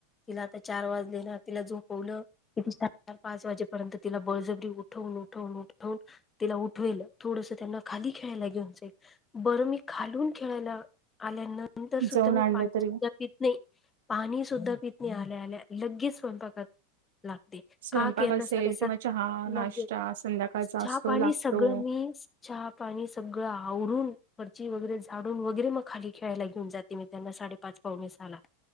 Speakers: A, on the left; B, on the right.
A: तिला आता चार वाजलेना तिला जोपवलं तर पाच वाजेपर्यंत तिला बळजबरी उठवून उठवून उठवून तिला उठवेल थोडस त्यांना खाली खेळायला घेऊन जाईल बरं मी. खालून खेळायला आल्यानंतर सुद्धा
B: जाऊन
A: मी
B: आणलं
A: पाणी
B: तरी
A: सुद्धा पित नही. पाणी सुद्धा पीत नाही, आल्या, आल्या लगेच स्वयंपाकात लागते
B: स्वयंपाक
A: का कीं यांना
B: असेल
A: सकाळी सात
B: किंवा चहा नाश्ता
A: लगेच
B: संध्याकाळचा असतो
A: चहा पाणी
B: लागतो
A: सगळं मी चहा पाणी सगळं आवरून. गच्ची वगैरे झाडून वगैरे, मग खाली खेळायला घेऊन जाते मी त्यांना साडेपाच पावणे सहाला.